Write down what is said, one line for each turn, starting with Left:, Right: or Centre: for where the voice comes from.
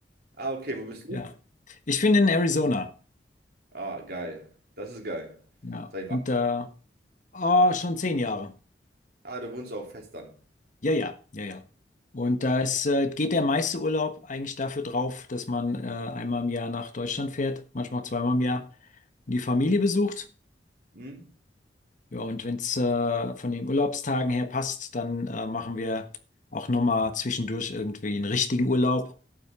Right: Ah, okay, wo bist du?
Left: Ja. Ich bin in Arizona.
Right: Ah, geil. Das ist geil.
Left: Ja.
Right: Seit
Left: Und
Right: wann?
Left: da, oh, schon zehn Jahre.
Right: Ah, du wohnst auch fest dann.
Left: Ja, ja, ja, ja. Und
Right: Oh,
Left: da ist, äh, geht der meiste Urlaub eigentlich dafür drauf, dass man äh, einmal im Jahr nach Deutschland fährt, manchmal auch zweimal im Jahr, und die Familie besucht.
Right: Hm?
Left: Ja, und wenn es äh, von den Urlaubstagen her passt, dann äh, machen wir auch nochmal zwischendurch irgendwie einen richtigen Urlaub.